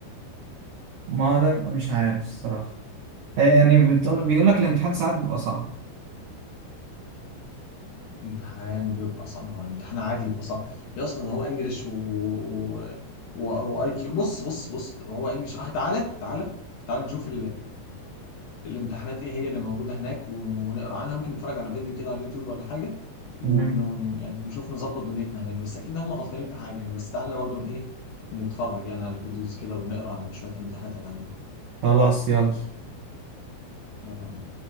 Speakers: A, on the right (about 80°); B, on the left (about 60°).
A: ما ده مش عارف الصراحة آه، يعني بتقول بيقول لك الامتحان ساعات بيبقى صعب
B: امتحان بيبقى صعب ما هو الامتحان عادي يبقى صعب يا اسطى ده هو انجلش و و واي كيو بص بص بص هو انجلش اه تعالى تعالى تعالى نشوف الامتحانات ايه هي اللي موجوده هناك و- ونقرا عنها ممكن نتفرج على فيديو كده على اليوتيوب ولا حاجه ون...
A: مم.
B: ون... يعني نشوف نظبط دنيتنا هناك بس اكيد هم غلطانين في حاجه يعني بس تعالى برضو ن- ايه نتفرج يعني على الفيديوز كده ونقرا عن شويه الامتحانات اللي عندهم
A: خلاص يلا
B: يلا بينا